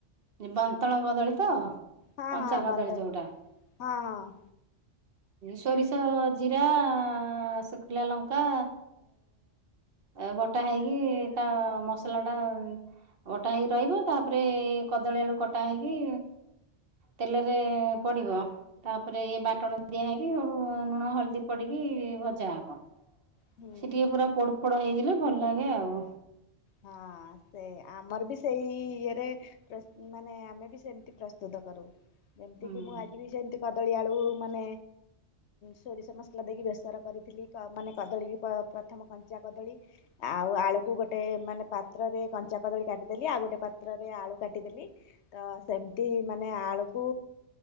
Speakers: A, on the right (about 55°); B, on the left (about 70°).
A: ଏ ବନ୍ତଳ କଦଳୀ ତ
B: ହଁ
A: କଞ୍ଚା
B: ହଁ
A: କଦଳୀ
B: ବନ୍ତ
A: ଯୋଉଟା।
B: ହଁ ହଁ।
A: ସୋରିଷ, ଜିରା, ଶୁଖିଲା ଲଙ୍କା ଏ ବଟା ହେଇକି ତା ମସଲା ଟା ବଟା ହେଇ ରହିବ, ତାପରେ କଦଳୀ ଆଳୁ କଟା ହେଇକି ତେଲରେ ପଡ଼ିବ। ତାପରେ ଏ ବା ଟଣ ଦିଆ ହେଇକି ଲୁଣ ହଳଦୀ ପଡିକି ଭଜା ହବ,
B: ହୁଁ।
A: ସେ ଟିକେ ପୁରା ପୋଡ ପୋଡ଼ ହେଇଗଲେ ଭଲ ଲାଗେ ଆଉ।
B: ହଁ ସେ ଆମର ବି ସେଇ ଇଏରେ ପ୍ରସ୍ତୁତ, ମାନେ ଆମେ ବି ସେମିତି ପ୍ରସ୍ତୁତ କରୁ। ଏତିକି
A: ହୁଁ
B: ମୁଁ ଆଜି ବି ଯେମିତି କଦଳୀ ଆଳୁ ମାନେ ସୋରିଷ ମସଲା ଦେଇକି ବେସର କରିଥିଲି, ମାନେ କଦଳୀକୁ ପ୍ରଥମ କଞ୍ଚା କଦଳୀ ଆଉ ଆଳୁକୁ ଗୋ ଗୋଟେ ମାନେ ପାତ୍ରରେ କଞ୍ଚା କଦଳୀ କାଟିଦେଲି, ଆଉ ଗୋଟେ ପାତ୍ରରେ ଆଳୁ କାଟିଦେଲି। ତ ସେମିତି ମାନେ ଆଳୁକୁ